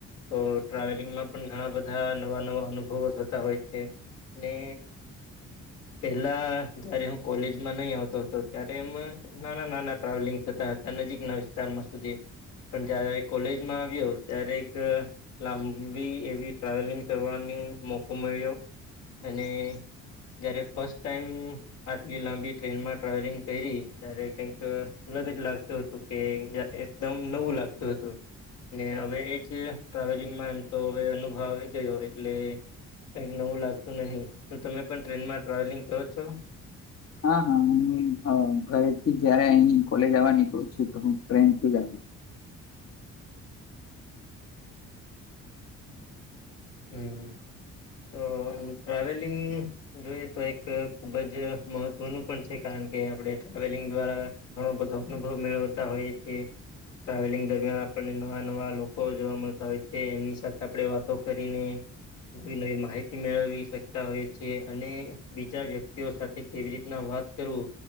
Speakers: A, on the left; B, on the left.
A: તો ટ્રાવેલિંગમાં પણ ઘણા બધા બધા નવા નવા અનુભવો થતા હોય છે ને પેલા જયારે હું કોલેજમાં નહીં આવતો હતો ત્યારે એમ નાના નાના ટ્રાવેલિંગ થતા હતા નજીકના વિસ્તારમાં સુધી પણ જયારે કોલેજમાં આવ્યો ત્યારે એક લાંબી એવી ટ્રાવેલિંગ કરવાનો મોકો મળ્યો અને જયારે ફર્સ્ટ ટાઈમ આટલી લાંબી ટ્રેનમાં ટ્રાવેલિંગ કરી ત્યારે કઈક અલગ જ લાગતું હતું કે એકદમ નવું લાગતું હતું ને હવે એજ ટ્રાવેલિંગમાં એમ તો હવે અન આવી ગયો એટલે કઈક નવું લાગતું નહીિ શું તમે પણ ટ્રેનમાં ટ્રાવેલિંગ કરો છો
B: હા હા હ ઘરેથી જયારે અહી કોલેજ આવવા નીકું છું તો હું ટ્રેન થી જ આવી
A: હમ તો ટ્રાવેલિંગ <unintelligible> જોઈએ તો એક ખુબ જ મહત્વનું પણ છે કારણ કે આપણે ટ્રાવેલિંગ દ્વારા ઘણ બધો અનુભવ મેળવતા હોય છે ટ્રાવેલિંગ દરમિયાન આપણને નવા નવા લોકો જોવા મળતા હોય છે એની સાથે આપડે વાતો કરીને નવી નવી માહિતી મેળવી શકતા હોય છે અને બીજા વ્યક્તિઓ સાથે કેવી રીતના વાત કરું